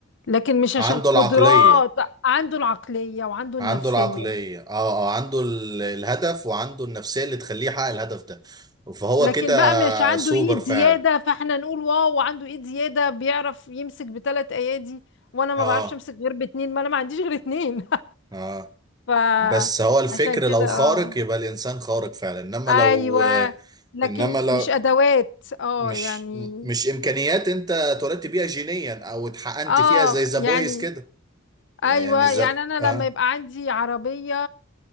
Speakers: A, on the left (about 60°); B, on the right (about 20°).
A: لكن مش
B: عنده
A: عشان قدرات
B: العقليه
A: عنده العقلية وعنده النفسية
B: عنده العقلية اه اه عنده ال- الهدف وعنده النفسية اللي تخليه يحقق الهدف ده فهو
A: لكن
B: كده
A: بقى مش عنده
B: سوبر
A: ايد
B: فعلا
A: زيادة فاحنا نقول واو عنده ايد زيادة بيعرف يمسك بثلاث ايادي وانا ما
B: اه
A: بعرفش امسك غير باتنين ما انا ما عنديش غير اتنين
B: اه
A: <laughs> فعشان
B: بس هو الفكر
A: كده
B: لو خارق
A: اه
B: يبقى الإنسان خارق فعلا انما
A: ايوه
B: لو
A: لكن
B: انما لو
A: مش ادوات اه
B: مش
A: يعني
B: مش إمكانيات انت اتولدت بيها جينيا او اتحقنت
A: اه
B: فيها زي ذا
A: يعني
B: بويز كده يعني
A: ايوه
B: ذا
A: يعني انا
B: اه
A: لما يبقى عندي عربيه